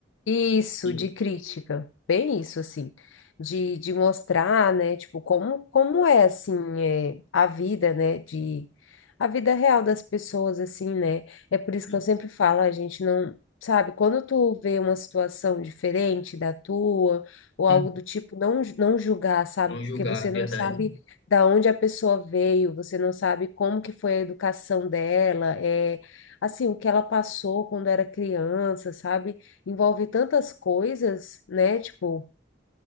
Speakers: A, on the left; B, on the left.
A: Isso,
B: E-
A: de crítica. Bem isso, assim. De, de mostrar, né, tipo, como, como é, assim, é, a vida, né, de... A vida real das pessoas, assim, né? É por isso
B: e-
A: que eu sempre falo, a gente não... Sabe, quando tu vê uma situação diferente da tua, ou algo
B: hum,
A: do tipo, não, ju- não julgar, sabe?
B: não julgar,
A: Porque você
B: verdade.
A: não sabe da onde a pessoa veio, você não sabe como que foi a educação dela, é, assim, o que ela passou quando era criança, sabe? envolve tantas coisas, né? Tipo,